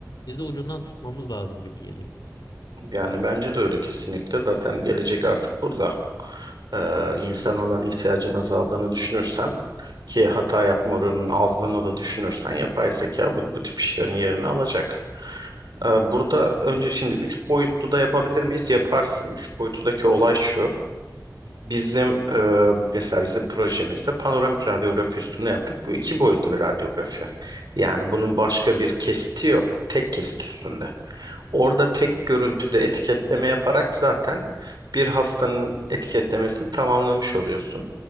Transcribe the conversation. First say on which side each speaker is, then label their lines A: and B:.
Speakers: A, on the left; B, on the right.
A: Biz de ucundan tutmamız lazım gibi geliyor.
B: Yani bence de öyle kesinlikle. Zaten gelecek artık burada. Ee, insan olan ihtiyacın azaldığını düşünürsen ki hata yapma oranının azlığını da düşünürsen yapay zeka bu, bu tip işlerin yerini alacak. Ee, Burada önce şimdi 3 boyutlu da yapabilir miyiz? Yaparsın. üç boyutludaki olay şu. Bizim e, mesela bizim projemizde panoramik radyografi üstüne yaptık. Bu iki boyutlu bir radyografi. Yani bunun başka bir kesiti yok. Tek kesit üstünde. Orada tek görüntüde etiketleme yaparak zaten bir hastanın etiketlemesini tamamlamış oluyorsun.